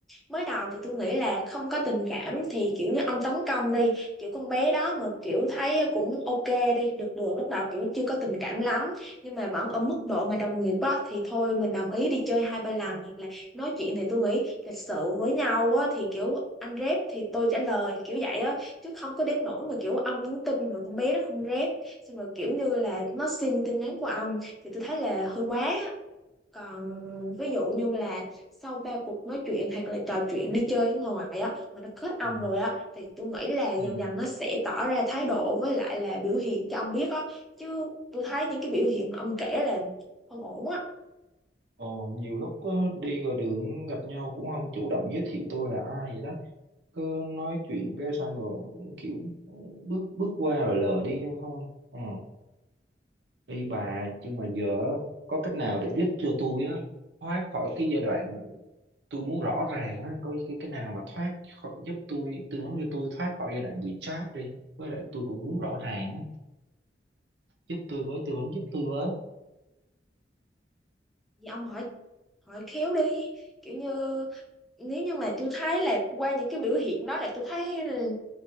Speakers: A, in the centre; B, on the right (about 70°).
A: mới đầu thì tôi nghĩ là không có tình cảm thì kiểu như ông tấn công đi kiểu con bé đó mà kiểu thấy cũng ok đi được được lúc nào kiểu chưa có tình cảm lắm nhưng mà vẫn ở mức độ mà đồng nghiệp á thì thôi mình đồng ý đi chơi hai ba lần hoặc là nói chuyện thì tôi nghĩ lịch sự với nhau á thì kiểu anh rep thì tôi trả lời kiểu vậy á chứ không có đến nỗi mà kiểu ông nhắn tin rồi con bé nó không rep xong rồi kiểu như là nó xin tin nhắn của ông thì tôi thấy là hơi quá còn ví dụ như là sau ba cuộc nói chuyện hoặc là trò chuyện đi chơi ở ngoài á mà nó kết ông
B: Ừ.
A: rồi á thì tôi nghĩ là dần
B: Ừ.
A: dần nó sẽ tỏ ra thái độ với lại là biểu hiện cho ông biết á chứ tôi thấy những cái biểu hiện mà ông kể là không ổn á
B: Ờ, nhiều lúc có đi ngoài đường gặp nhau cũng không chủ động giới thiệu tôi là ai vậy đó cứ nói chuyện cái xong rồi kiểu bước bước qua rồi lờ đi nhau thôi ừ. đi bà nhưng mà giờ á, có cách nào để giúp cho tôi á thoát khỏi cái giai đoạn tôi muốn rõ ràng á có cái cái nào mà thoát khỏi, giúp tôi tư vấn cho tôi thoát khỏi giai đoạn bị trap đi với lại tôi cũng muốn rõ ràng á giúp tôi với tư vấn giúp tôi với
A: thì ông hỏi hỏi khéo đi kiểu như nếu như mà tôi thấy là qua những cái biểu hiện đó là tôi thấy là